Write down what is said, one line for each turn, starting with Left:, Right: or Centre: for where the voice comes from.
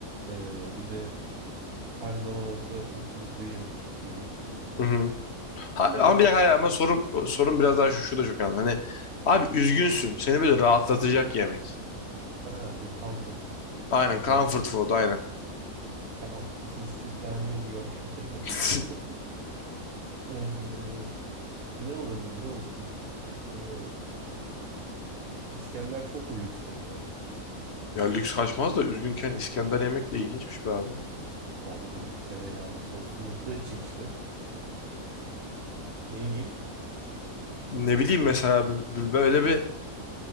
Right: Ee, bir de her zaman olsa mutlulukla yerim gibi.
Left: hı hı. Ha,
Right: Ee,
Left: ama bir dakika hayır ama sorum, sorum biraz daha şu, şu da çok önemli. Hani abi üzgünsün, seni böyle rahatlatacak yemek.
Right: ha, bu comfort
Left: Aynen,
Right: food
Left: comfort
Right: man.
Left: food, aynen.
Right: Comfort, siz Türkler ne diyor?
Left: <laughs>
Right: <laughs> Ee, ne olurdu biliyor musun? Ee, İskender çok mu lüks kaçar?
Left: Ya lüks kaçmaz da üzgünken İskender yemek de ilginçmiş be abi.
Right: Abi böyle tereyağlı sos mutlu edecek işte. Ne yiyeyim?
Left: Ne bileyim mesela b- b- böyle bir...